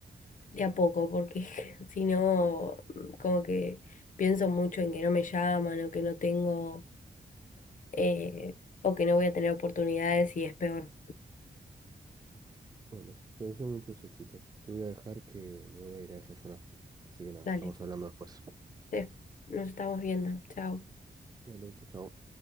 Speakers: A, on the left; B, on the right.
A: de a poco, porque <laughs> si no, mm, como que pienso mucho en que no me llaman o que no tengo eh, o que no voy a tener oportunidades y es peor.
B: Bueno, te deseo muchos éxitos. Te voy a dejar que me voy a ir a desayunar. Así que nada,
A: Dale.
B: estamos hablando después.
A: Sí, nos estamos viendo. Chao.
B: Dale, chau, chau.